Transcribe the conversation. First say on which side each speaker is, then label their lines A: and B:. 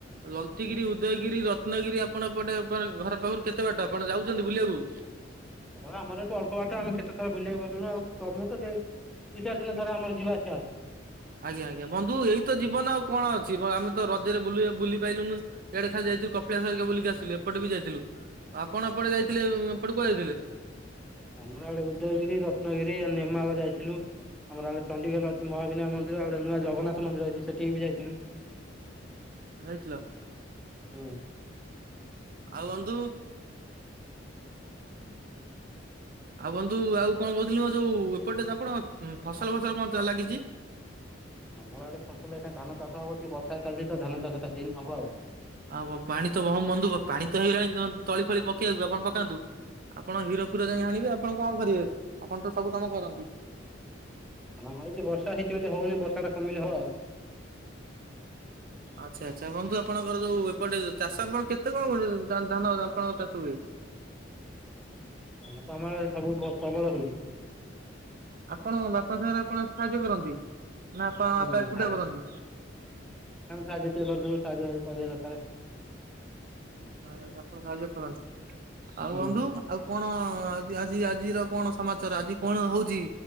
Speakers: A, on the right; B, in the centre.
A: ଜଲତିଗିରି ଉଦୟଗିରି ରତ୍ନଗିରି ଆପଣ ପଟେ ଘର ପାଖରୁ କେତେ ବାଟା ଆପଣ ଯାଉଛନ୍ତି ବୁଲିବାକୁ?
B: ହଁ ଆମର ଏଠ ଅଳ୍ପ ବାଟ ଆମେ କେତେ ଥର ବୁଲିବାକୁ ଗଲୁ ଆଉ ତମୁ ତ ଟେ ଦୁଇ ଚାର ଦିନଥରେ ଆମର ଯିବା ଆସିବା।
A: ଆଜ୍ଞା ଆଜ୍ଞା ବନ୍ଧୁ ଏଇ ତ ଜୀବନ ଆଉ କଣ ଅଛି ଆମେ ତ ରଜରେ ବୁଲି ପାଇଲୁନୁ ଇଆଡେ ଖାଲି ଯାଇଥିଲୁ କପିଳାସ ହେରିକା ବୁଲିକି ଆସିଲୁ ଏପଟ ବି ଯାଇଥିଲୁ ଆପଣ ଏପଟେ
B: ଅଛି।
A: ଯାଇଥିଲେ ଏପଟେ କୁଆଡେ ଯାଇଥିଲେ?
B: ଆମର ଆଡେ ଉଦୟଗିରି ରତ୍ନଗିରି ଆ ନେମାଳ ଯାଇଥିଲୁ। ଆମର ଚଡିଗେଲ ଅଛି ମହାବିନା ମନ୍ଦିର ଆଉ ଗଟେ ନୂଆ ଜଗନ୍ନାଥ ମନ୍ଦିର ବି ଅଛି ସେଠି ବି ଯାଇଥିଲୁ।
A: ଯାଇଥିଲ
B: ହୁଁ
A: <inaudible> ଆଉ ବନ୍ଧୁ ଆଉ ବନ୍ଧୁ ଆଉ କଣ କହୁଥିଲି ମୋ ଯୋଉ ଏପଟେ ଆପଣ ଫସଲ ଫସଲ କଣ ଲାଗିଛି?
B: ଆମର ଆଡେ ଫସଲ ଏଇଟା ଧାନ ଚାଷ ହବ ଟିକେ ବର୍ଷା ଚାଲିଛି ତ ଧାନ ଚାଷଟା ହେଇନି ହବ ଆଉ।
A: ଆଉ ପାଣି ତ ବହୁତ ମନ୍ଦ ପାଣି ତ ହେଇଗଲାଣି ତଳି ଫଳି ପକେଇବାକୁ ଆପଣ ପକାନ୍ତୁ ଆପଣ କୀର ପୁରା ଯାଇ ଆଣିବେ ଆପଣ କଣ କରିବେ ଆପଣ ତ ସବୁ କାମ କରନ୍ତି।
B: ହଁ ଏଇଠ ବର୍ଷା ହେଇଛି ବୋଲି ହଉନି ବର୍ଷା ଟା କମିଲେ ହବ ଆଉ।
A: ଆଚ୍ଛା ଆଛା ବନ୍ଧୁ ଆପଣଙ୍କର ଯୋଉ ଏପଟେ ଚାଷ ଆପଣ କେତେ କଣ ଧାନ ଆପଣଙ୍କ ଚାଷ ହୁଏ?
B: ହଁ ତ ଆମ ସବୁ ପ୍ରବଳ ହୁଏ।
A: ଆପଣଙ୍କ ବାପା ସାଙ୍ଗରେ ଆପଣ ସାହାଯ୍ୟ କରନ୍ତି। ନା ଆପଣଙ୍କ ବାପା
B: ହୁଁ ନ
A: ଏକୁଟିଆ
B: ସାହାଯ୍ୟ
A: କରନ୍ତି?
B: କରିଦେବୁ ସା କରିବା ଦରକାର।
A: ଆ ଆପଣ ସାହାଯ୍ୟ କରନ୍ତିୁ ଆଉ
B: ହୁଁ
A: ବନ୍ଧୁ। ଆଉ କଣ ଆଜି ଆଜିର କଣ ସମାଚାର ଆଜି କଣ ହଉଛି?